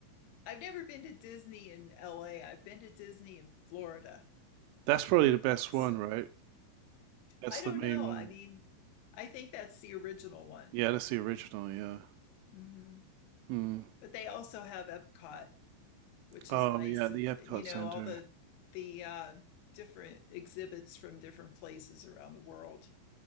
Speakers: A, on the left; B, on the right.
A: I've never been to Disney in LA. I've been to Disney in Florida.
B: That's probably the best
A: So
B: one, right? That's
A: I don't
B: the main
A: know.
B: one.
A: I mean, I think that's the original one.
B: Yeah, that's the original. Yeah.
A: hmm
B: Mm.
A: But they also have Epcot, which
B: Oh,
A: is nice.
B: yeah, the
A: It's,
B: Epcot
A: you know,
B: Center.
A: all the the uh, different exhibits from different places around the world.